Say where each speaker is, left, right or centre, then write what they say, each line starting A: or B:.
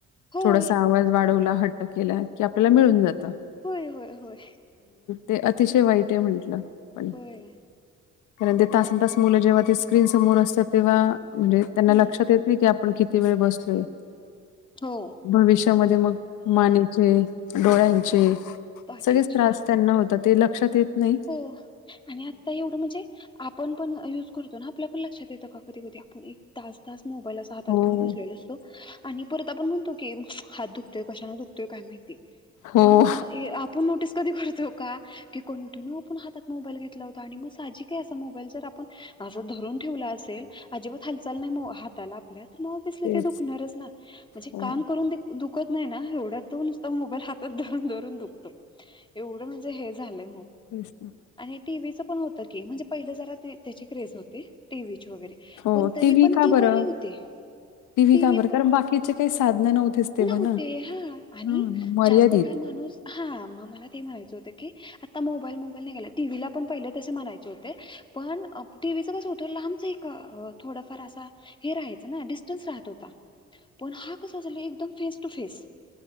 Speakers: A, on the left; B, on the left.
A: होय,
B: थोडासा आवाज वाढवला हट्ट केला की आपल्याला मिळून जातो.
A: होय होय होय.
B: ते अतिशय वाईट आहे म्हंटलं पण
A: होय.
B: कारण ते तासन तास मुलं जेव्हा तेच स्क्रीन समोर असतात तेव्हा म्हणजे त्यांना
A: हं,
B: लक्षात येत नाही की आपण किती वेळ बसलोय.
A: हो.
B: भविष्यामध्ये मग मानेचे डोळ्यांचे
A: पहाटेची.
B: सगळेच त्रास त्यांना होत ते लक्षात येत. नाही
A: हो आणि आता एवढं म्हणजे आपण पण य तो ना आपल्या पण लक्षात येतं का कधी कधी आपण एक तास तास मोबाईल अस हातात
B: हो,
A: घेऊन बसलेल असतो. आ आपण म्हणतो की हात दुखतोय कशानना दुखतोय काय माहिती.
B: हो
A: पण आपण नोटीस कधी करतो का. कटीनू आपण हातात मोबाईल घेतला होता आणि म साजीक आहे अस मोबाईल जर आपन असं धरून ठेवला असेल. अजिबात हालचाल नाही हाताला आपल्या तर मग ऑफिसला
B: तेच.
A: दुखणारच ना म्हणजे
B: हो,
A: काम करूनु दुखत नाही ना एवड्यात तो नुसत मोबाईल हातत धरून धरुन दुखतो एवढ म्हणजे हे झालय
B: तेच ना.
A: आणि टीव्हीच पण होतं की म्हणजे पहिलं जरा त्याची क्रेज होते टीव्हीची वगैरे
B: हो,
A: पण तरी
B: टीव्ही
A: पण
B: का
A: ती
B: बरं?
A: बरी होते टीव्ही
B: का बरं?
A: पन
B: कारण बाकीचे काही साधनं नव्हतीच तेव्हा
A: नव्हते
B: ना.
A: हा आणि
B: हां, मर्यादित.
A: जास्त काळ मला ते म्हणायचं होतकी. आता मोबाईल मोबाईल निघाले टीव्हीला पण पहिले तसे म्हणायचे होते पण टीव्हीचं कस होतं लांबचं एक थोडफार अस हे राहायच. हो पण हा क फस टू फेस